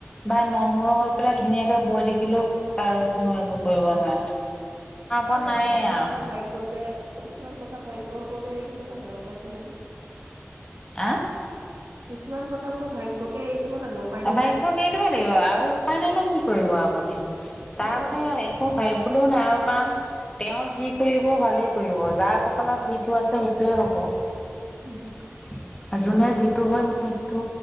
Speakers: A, on the left (about 20°); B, on the right (about 70°).
A: বা নম্ৰ হৈ পেলাই ধুনীয়াকে বৈ থাকিলেও কাৰো কোনো একো কৰিব নোৱাৰে। তাৰ ওপৰত
B: সে
A: নায়ে
B: কিছুমান
A: আৰু
B: কথা ভাগ্যকে কিছুমান কথা ভাগ্য ৰ ওপৰতে এৰি দিব লাগে আৰু উপায়তো নাই।
A: অহ।
B: কিছুমান কথা বোলো ভাগ্যকে এৰি লাগে উপায়তো
A: অ ভাগ্যক
B: নাই
A: এৰি দিবই লাগিব আৰু উপায় নাই ন কি কৰিব আপুনি
B: কি
A: তাৰ
B: কৰিবা।
A: মানে একো ভাব লেও নাই আৰু কাৰণ তেওঁ যি কৰিব ভালেই কৰিব যাৰ কপালত যিটো আছে সেইটোয়ে হ'ব। <inaudible>
B: উম
A: <unintelligible> যোনে যিটো হৈ মৃত্যু